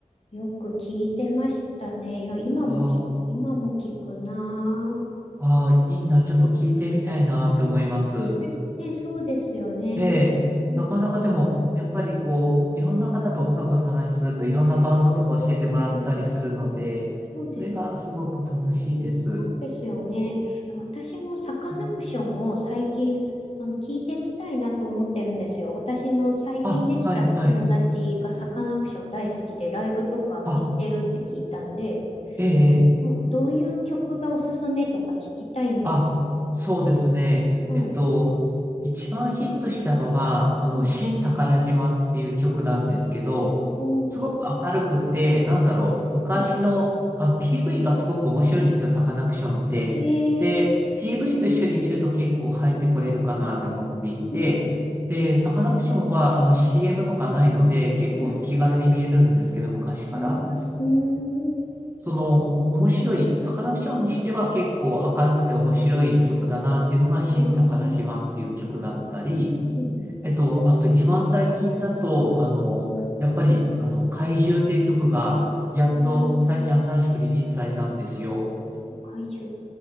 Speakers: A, on the left; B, on the right.
A: よく聞いてましたね。いや、今も聞、
B: ああ。
A: 今も聞くな
B: ああ、いいな、ちょっと聞いてみたいなって思います。
A: ぁ。うん。えね、そうですよね。
B: ええ、
A: えなんか、
B: なかなかでも、やっぱりこう、いろんな方と音楽を話しすると、いろんなバンドとか教えてもらったりするので、
A: うんうん。そうですね。
B: それがすごく楽しいです。
A: そうですよね。え私もサカナクションを最近あの聞いてみたいなと思ってるんですよ。
B: うん
A: 私の最近できた友達がサカナクション大好きでライブとか行ってるって聞いたんで、
B: あ、はいはい。あ、ええ、ええ
A: もうどういう曲がおすすめとか聞きたいんです。
B: あ、そうですね。
A: はい。
B: えっと、一番ヒットしたのが、あの、
A: うん。
B: 新宝島っていう曲なんですけど、
A: おーし
B: 明るくて、なんだろう、昔の、
A: うん
B: あの、PV がすごく面白いんですよ、サカナクションって。
A: え
B: で、
A: ー、
B: PV と一緒に見ると結構入ってこれるかなと思っていて、
A: うん、
B: で、サカナクションは、あの、CM とかないので、結構気軽に見えるんですけど、
A: うん、
B: 昔から。
A: うん、うん
B: その、
A: そう
B: 面白い、サカナクションにしては結構明るくて面白い曲だなっていうのが、新宝島っていう曲だったり、
A: えー、うん、うん、
B: えっと、あと一番最近だと、あの、やっぱり、あの、怪獣っていう曲が、やっと最近新しくリリースされたんですよ。
A: えー、えー怪獣。